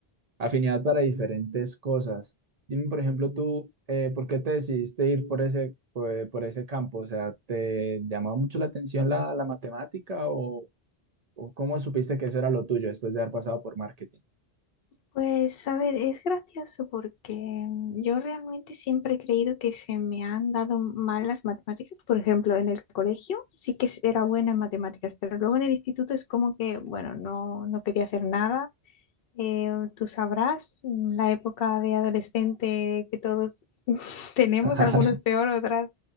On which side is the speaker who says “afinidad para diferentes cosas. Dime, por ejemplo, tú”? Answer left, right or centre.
Right